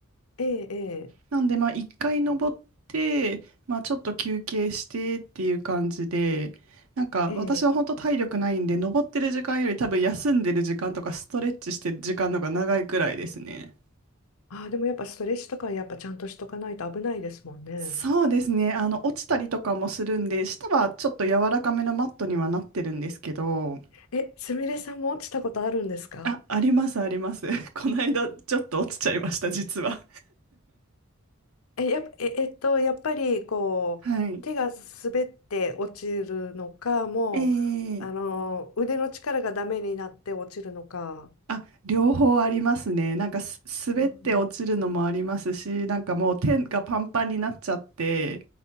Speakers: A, on the left; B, on the right.
A: ええ、
B: なんで、まあ、1回登って、まあ、ちょっと休憩してっていう感じで、なんか私は本当体力ないんで、
A: ええ、ええ。
B: 登ってる時間より多分休んでる時間とかストレッチしてる時間の方が長いくらいですね。
A: ああ、でもやっぱストレッチとかやっぱちゃんとしとかないと危ないですもんね。
B: そうですね。あの、落ちたりとかもするんで、下はちょっと柔らかめのマットにはなってるんですけど、
A: え、すみれさんも落ちたことあるんですか
B: あ、あります、あります。<laughs> この間、ちょっと落ちちゃいました、実は。
A: え、やっぱ、え、えっと、やっぱりこう手が滑って落ちるのか、
B: はい。
A: もうあの腕の力がダメになって落ちるのか。
B: えーあ、両方ありますね。なんかす、滑って落ちるのもありますし、
A: うん
B: なんかもう手がパンパンになっちゃって、